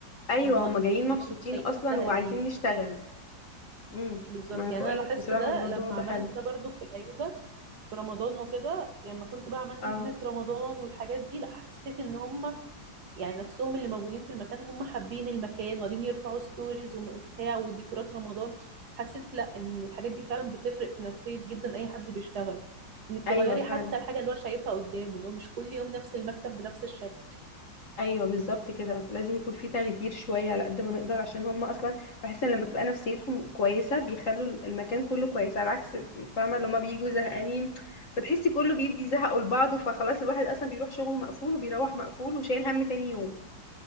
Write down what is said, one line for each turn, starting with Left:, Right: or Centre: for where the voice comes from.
Left: ايوه
Right: فاهمه
Left: هم جايين مبسوطين
Right: اللي هو مش جايين
Left: اصلا
Right: زهقانين
Left: وعايزين نشتغل امم
Right: بالظبط
Left: ما انا
Right: يعني
Left: بقول
Right: انا لاحظت
Left: لك بصراحة
Right: ده
Left: الموضوع
Right: لما
Left: ده
Right: عملت
Left: حلو
Right: ده برضو في العياده في رمضان وكده يعني لما كنت بقى عملنا
Left: اه
Right: زينه رمضان والحاجات دي لا حسيت ان هم يعني نفسهم اللي موجودين في المكان هم حابين المكان وقاعدين يرفعوا ستوريز وبتاع وديكورات رمضان حسيت لا ان الحاجات دي فعلا بتفرق في نفسيه جدا اي حد بيشتغل انك
Left: ايوه
Right: تغيري
Left: فعلا
Right: حتى الحاجه اللي هو شايفها قدامه اللي هو مش كل يوم نفس المكتب بنفس الشكل
Left: ايوه بالظبط كده لازم يكون في تغيير شويه على قد ما نقدر عشان هم اصلا بحس ان لما تبقى نفسيتهم كويسه بيخلوا المكان كله كويس على عكس فاهمه لما بيجوا زهقانين فتحسي كله بيدي زهقه لبعضه فخلاص الواحد اصلا بيروح شغله مقفول وبيروح مقفول وشايل هم تاني يوم